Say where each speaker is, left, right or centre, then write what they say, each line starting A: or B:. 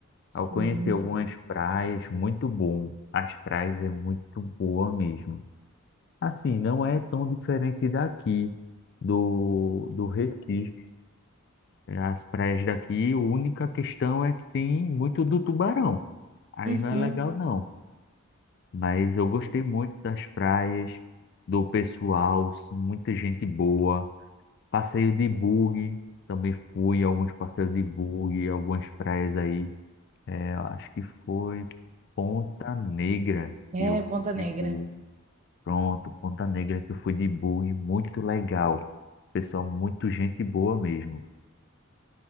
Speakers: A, on the right; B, on the left.
A: sim,
B: Eu conheci algumas
A: sim.
B: praias, muito bom. As praias é muito boa mesmo. Assim, não é tão diferente daqui, do, do Recife. As praias daqui, a única questão é que tem muito do tubarão. Aí
A: Uhum.
B: não é legal, não. Mas eu gostei muito das praias, do pessoal, muita gente boa. Passeio de bug, também fui alguns passeios de bug, algumas praias aí. É, eu acho que foi Ponta Negra
A: É,
B: que eu
A: Ponta
B: fui
A: Negra.
B: de bug. Pronto, Ponta Negra que eu fui de bug, muito legal. Pessoal, muito gente boa mesmo.